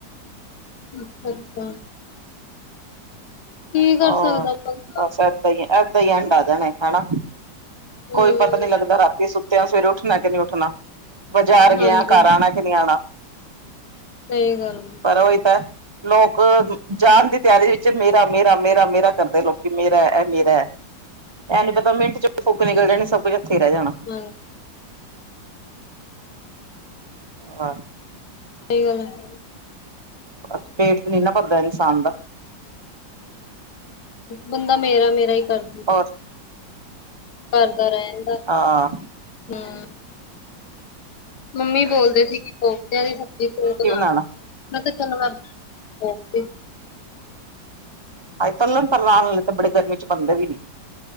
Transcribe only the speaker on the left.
ਅੱਛਾ-ਅੱਛਾ ਕੀ ਕਰ
ਸਕਦਾ ਬੰਦਾ
ਹੂੰ
ਹਾਂਜੀ।
ਸਈ ਗੱਲ
ਹਾਂ
ਸਈ ਗੱਲ ਐ
ਬੰਦਾ ਮੇਰਾ-ਮੇਰਾ ਈ ਕਰਦ
ਕਰਦਾ ਰੈਂਦਾ-
ਹੂੰ ਮੰਮੀ ਬੋਲਦੇ ਸੀ ਕਿ ਕੋਫਤਿਆਂ ਦੀ ਸ ਦੀ ਤੂੰ ਬਣਾ
ਮੈ ਕਿਆ ਚਲੋ ਮੈ ਕੋਫਤੇ